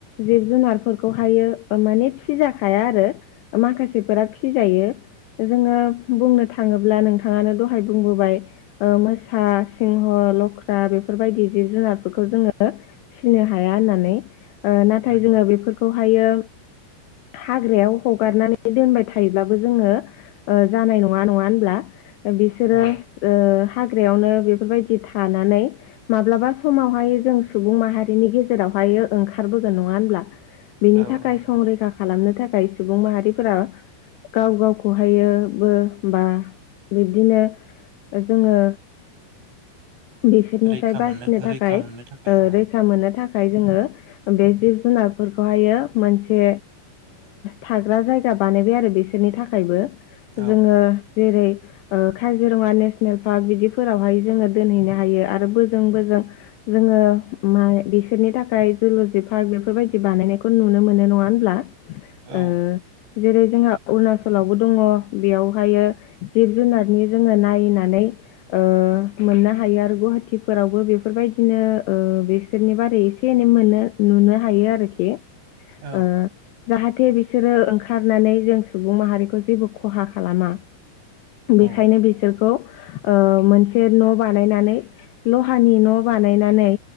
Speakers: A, on the left; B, on the right.
A: जिब जुनारफोरखौहायो माने फिजाखाया आरो मा माखासेफोरा फि जायो। जोङो बुंनो थाङोब्ला नोंथाङानो दहाय बुंबोबाय मोसा सिंह लख्रा बेफोरबायदि जिब जुनारफोरखौ जोङो फिसिनो हाया होननानै नाथाय
B: उम
A: जोङो बेफोरखौहायो
B: <inaudible>
A: हाग्रायाव हगारनानै दोनबाय थायोब्लाबो जोङो जानाय नङा नङा होनब्ला? बिसोरो
B: औ
A: ओ हाग्रायावनो बेफोरबायदि थानानै माब्लाबा समावहाय जों सुबुं माहा नि गेजेरावहायो ओंखारबोगोन नङा होनब्ला बिनि
B: औ
A: थाखाय
B: औ
A: संरैखा खालामनो थाखाय सुबुं माहारिफोरा गाव गावखौहायोबो बा बिब्दिनो जोङो
B: <inaudible>
A: बिसोरनिफ्राय
B: रैखा
A: बासिनो
B: मोननो
A: थाखाय
B: रैखा मोननो थाखाय
A: ओ
B: औ
A: रै मोननो थाखाय जोङो बे जिब जुनार फोरखौ हाय मोनसे थाग्रा जायगा बानायबाय आरो बिसोरनि थाखायबो
B: औ
A: जोङो जेरै काजिरङा नेसनेल पार्क बिदिफोरावहाय जोङो दोनहैनो हायो आरो बोजों बोजों जोङो मा बिसोरनि थाखाय जिल'जि पार्क बेफोरबायदि बानायनायखौ जों नुनो मोनो नङा होमबा?
B: औ
A: ओ जेरै जोंहा अरुणाचलावबो दङ बेयावहायो जिब जुनारनि जोङो नायनानै। ओ मोननो हायो आरो गुवाहाटिफोरावबो बेफोरबायदिनो ओ बिसोरनि बारै एसे एनै मोननो हायो आरोखि। ओ
B: औ
A: जाहाथे बि बिसोरो ओंखारनानै जों सुबुं माहारिखौ जेबो खहा खालामा। बेखायनो
B: औ
A: बिसोरखौ ओ मोनसे न' बानायनानै लहानि न' बानायनानै।